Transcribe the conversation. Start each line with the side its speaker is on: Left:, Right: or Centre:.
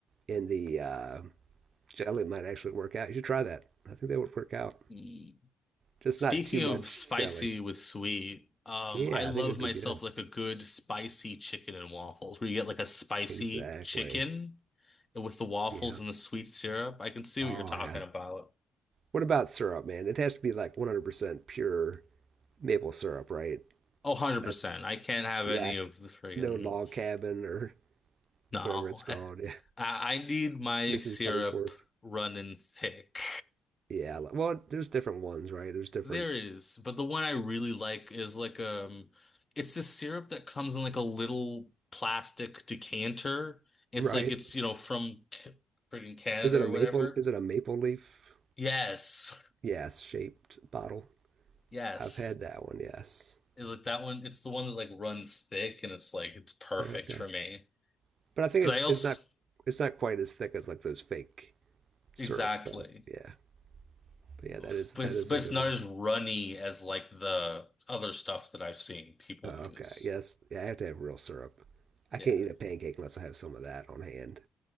Right: in the uh jelly might actually work out. You should try that. I think that would work out.
Left: Mm.
Right: Just
Left: Speaking
Right: not too much
Left: of spicy
Right: jelly.
Left: with sweet, um,
Right: Yeah,
Left: I love
Right: I think it would be
Left: myself
Right: good.
Left: like a good spicy chicken and waffles, where you get like a spicy
Right: Exactly.
Left: chicken with the waffles
Right: Yeah.
Left: and the sweet syrup. I can see
Right: Oh,
Left: what you're talking
Right: yeah.
Left: about.
Right: What about syrup, man? It has to be like 100% pure maple syrup, right?
Left: Oh, 100%.
Right: That's,
Left: I can't have
Right: yeah,
Left: any of the friggin'
Right: no log cabin or
Left: no.
Right: whatever it's called.
Left: <laughs>
Right: <laughs>
Left: I, I need my
Right: Yeah. Mrs.
Left: syrup
Right: Buttersworth.
Left: running thick.
Right: Yeah. li- Well, there's different ones, right? There's different,
Left: There is, but the one I really like is like um it's this syrup that comes in like a little plastic decanter. It's
Right: right?
Left: like it's, you know, from C- friggin' Canada
Right: Is it
Left: or
Right: a maple?
Left: whatever.
Right: Is it a maple leaf?
Left: Yes.
Right: Yes, shaped bottle.
Left: Yes.
Right: I've had that one, yes.
Left: It's like that one, it's the one that like runs thick and it's like it's perfect
Right: Okay.
Left: for me
Right: But I think
Left: because
Right: it's
Left: I also
Right: it's not it's not quite as thick as like those fake syrups
Left: Exactly.
Right: though. Yeah. But yeah,
Left: But
Right: that is that
Left: it's
Right: is
Left: but
Right: a
Left: it's
Right: good
Left: not
Right: one.
Left: as runny as like the other stuff that I've seen people
Right: Oh, okay.
Left: use.
Right: Yes. Yeah, I have to have real syrup. I
Left: Yeah.
Right: can't eat a pancake unless I have some of that on hand.